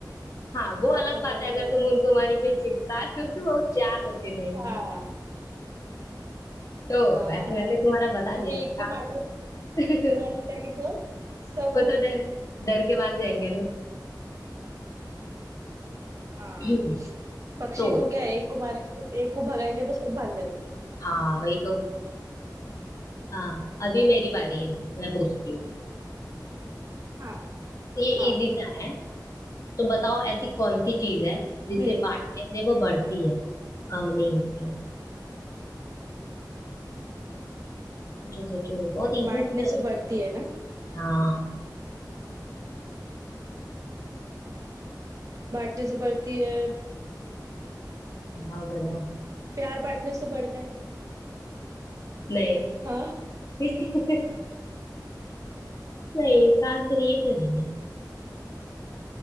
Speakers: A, on the left; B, on the right.
A: हाँ वो
B: हाँ
A: अलग बात
B: बराबर
A: है अगर
B: बराबर
A: तुम उनको वहीं पे चिपका दो तो वो चार बचे रहेंगे
B: हाँ
A: फिर। तो
B: हाँ
A: वैसे मैंने तुम्हारा बता
B: क्योंकि
A: दिया
B: एक को
A: आप
B: मारे
A: <laughs>
B: एक को मारने जाएंगे तो सब
A: वो
B: उड़ेंगे।
A: तो डर डर के भाग जाएंगे ना
B: हाँ
A: <clears throat>
B: पक्षी
A: तो
B: को क्या है एक को मारेंगे तो एक को भगाएंगे तो सब भाग जाते हैं।
A: हाँ वही तो हाँ अभी मेरी बारी है मैं पूछती हूँ
B: हाँ
A: ये
B: हाँ
A: इजी सा है तो बताओ ऐसी कौन सी चीज है जिसे
B: हम्म
A: बांटने से वो बढ़ती है कम नहीं होती है सोचो सोचो बहुत इजी
B: बांटने
A: चीज
B: से
A: है
B: बढ़ती है ना
A: हाँ
B: बांटने से बढ़ती है
A: बढ़ाओ बढ़ाओ
B: प्यार बांटने से बढ़ता है
A: नहीं
B: हाँ
A: <laughs> नहीं इसका आंसर ये तो नहीं